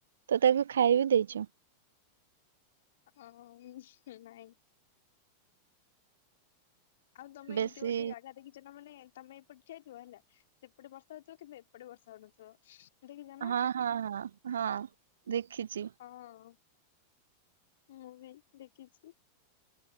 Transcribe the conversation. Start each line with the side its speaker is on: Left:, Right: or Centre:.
Right: ତ ତାକୁ ଖାଇବି ଦେଇଛୁ।
Left: ହ ନାଇଁ। ଆଉ ତମେ
Right: ବେଶୀ
Left: ଏମିତି ଗୋଟେ ଜାଗା ଦେଖିଛ ନା ମାନେ ତମେ ସେପଟ ଠିଆହେଇଥିବ ହେଲା ସେପଟେ ବର୍ଷା ହଉଥିବ କିନ୍ତୁ ଏପଟେ ବର୍ଷା ହଉନଥିବ। ଦେଖି ଜ ନା
Right: ହଁ ହଁ ହଁ ହଁ ଦେଖିଛି
Left: ହଁ। ମୁଁ ବି ଦେଖିଛି।